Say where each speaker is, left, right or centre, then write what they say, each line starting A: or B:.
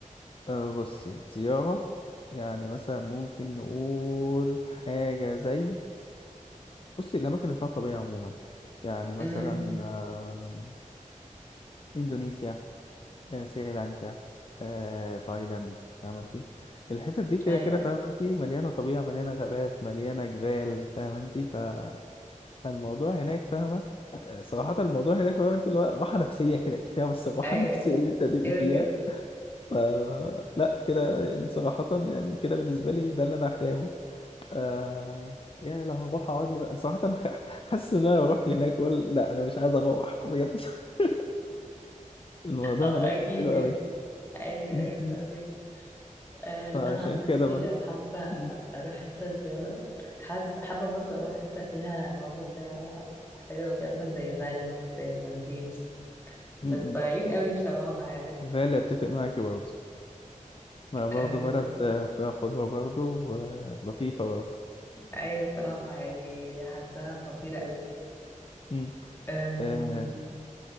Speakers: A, on the left; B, on the left.
A: آه، بصي زيارة يعني مثلا ممكن نقول حاجة زي بصي الأماكن اللي فيها طبيعة عموما يعني مثلا
B: أمم
A: آم، إندونيسيا آه، سريلانكا آه، تايلاند فاهمة انت الحتت دي كده
B: أيوة
A: كده فاهمة انت مليانة طبيعة مليانة غابات مليانة جبال فاهمة انت ف... فالموضوع هناك فاهمة آه، صراحة الموضوع هناك فاهمة انت اللي هو راحة نفسية كده كفاية بس الراحة
B: أيوه
A: <laughs> النفسية
B: أيوه
A: اللي انت هتبقي
B: كده
A: فيها
B: كده
A: ف لا كده يعني صراحة يعني كده بالنسبة لي ده اللي انا محتاجه آه، يعني لو هروح اقعد لي بقى صراحة خ- حاسس ان انا لو رحت هناك ولا لا انا مش عايز اروح بجد <laughs> الموضوع
B: هو
A: هناك
B: أكيد
A: حلو قوي
B: يعني أيوه
A: م-
B: أيوه
A: م.
B: فاهمك آه لا،
A: فعشان
B: أنا عن نفسي
A: كده
B: لو حابة
A: مم.
B: أروح حتة زيارة حابة حابة برضه أروح حتة فيها مناظر كده حلوة كده مثلا زي فالي زي المالديفز بس
A: مم.
B: طويلين قوي بصراحة يعني
A: فعلا اتفق معاكي برضه ما برضه
B: أم،
A: بلد آه، فاخدها برضه آه، لطيفة برضه
B: أيوة بصراحة يعني حاساها خطيرة قوي
A: مم.
B: أم،
A: آه،